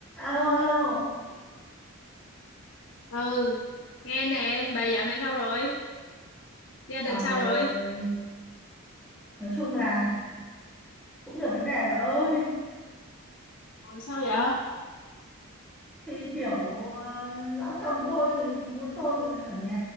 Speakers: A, in the centre; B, on the left (about 60°).
A: Alo, alo.
B: ừ nghe nè bà dạo này sao rồi gia
A: Trời
B: đình sao rồi
A: ơi, nói chung là cũng nhiều vấn đề bà ơi.
B: còn sao vậy?
A: Thì kiểu ờ, lão chồng tôi thì cứ muốn tôi ở nhà